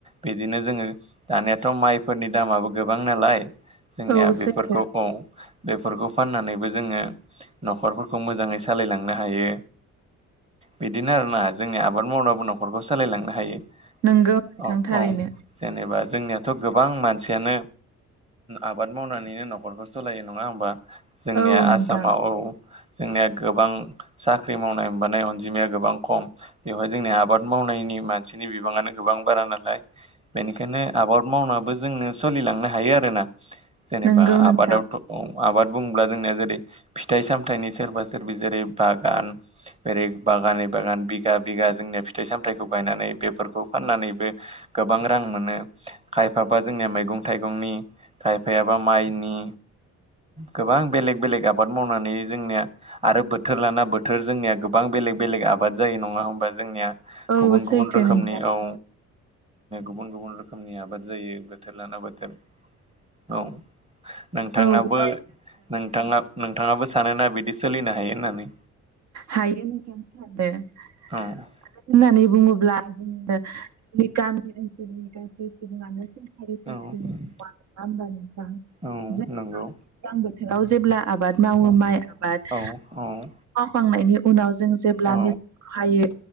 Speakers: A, on the right; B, on the right.
A: बिदिनो जोङो दानियाथ' माइफोरनि दामाबो गोबां नालाय जोंनिया
B: औ
A: बेफोरखौ
B: सैथो
A: औ बेफोरखौ फाननानैबो जोङो न'खरफोरखौ मोजाङै सालायलांनो हायो। बिदिनो आरोना जोंनि आबाद मावनाबो न'खरखौ सालायलांनो हायो।
B: नोंगौ नोंथां
A: औ
B: थारैनो
A: औ जेनेबा जोंनियाथ' गोबां माने सेनो आबाद मावनानैनो न'खरखौ सालायो नङा होमबा? जोंनिया
B: औ नोंथां
A: आसामाव औ जोंनिया गोबां साख्रि मावनाय हबानाय अनजिमाया गोबां खम। बेवहाय जोंनि आबाद मावनायनि मानसिनि बिबाङानो गोबां बारा नालाय। बेनिखायनो आबाद मावनाबो जोङो सोलिलांनो हायो आरोना जेनेबा
B: नोंगौ नोंथां
A: आबादावथ' औ आबाद बुङोब्ला जोंनिया जेरै फिथाइ सामथायाइनि सोरबा सोरबि जेरै बागान ओेरै बागानै बागान बिगा बिगा जोंनि फिथाइ सामथायाइखौ बायनानै बेफोरखौ फाननानैबो गोबां रां मोनो खायफाबा जोंनिया मै गं थाइगंनि खायफायाबा माइनि गोबां बेलेग बेलेग आबाद मावनानै जोंनिया आरो बोथोर लाना बोथोर जोंनिया गोबां बेलेग बेलेग आबाद जायो नङा होमबा जोंनिया
B: औ
A: गुबुन
B: सैथो
A: गुबुन रोखोमनि
B: नोंथां
A: औ गुबुन गुबुन रोखोमनि आबाद जायो। बोथोर लाना बोथोर औ नोंथाङाबो
B: औ नोंथां
A: नोंथाङा नोंथाङाबो सानोना बिदि सोलिनो हायो होननानै?
B: हायो नोंथां सानो मानो
A: औ
B: होननानै बुङोब्ला जोङो जोंनि गामि ओनसोलनि गासै सुबुङानो <unintelligible> नङा
A: औ
B: होनबा नोंथां <unintelligible>
A: औ
B: दैज्लां
A: नंगौ
B: बोथोराव जेब्ला आबाद मावो
A: औ
B: माइ आबाद
A: औ औ
B: खांनायनि उनाव जों जेब्ला
A: औ
B: मि खायो